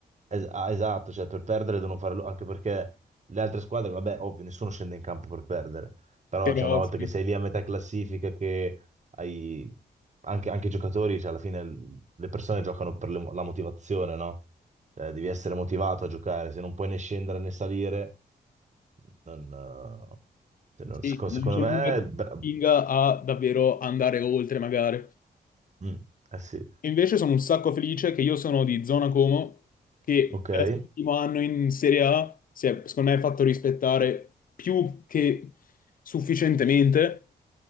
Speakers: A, on the right (about 40°); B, on the left (about 50°).
A: Es- ah, esatto, cioè per perdere devono fare lo- anche perché le altre squadre, vabbè, ovvio, nessuno scende in campo per perdere, però
B: Però
A: cioè, una volta
B: sì,
A: che sei lì a metà classifica, che hai anche, anche i giocatori, cioè, alla fine l- le persone giocano per le mo- la motivazione, no? Cioè, devi essere motivato a giocare, se non puoi né scendere né salire, non, eh, se non-
B: sì,
A: seco- secondo
B: non c'è
A: me,
B: nulla che
A: bra-
B: spinga a davvero andare oltre, magari.
A: mm, eh sì,
B: Invece sono un sacco felice che io sono di zona Como, che
A: ok.
B: per essere l'ultimo anno in Serie A si è, secondo me, fatto rispettare più che sufficientemente.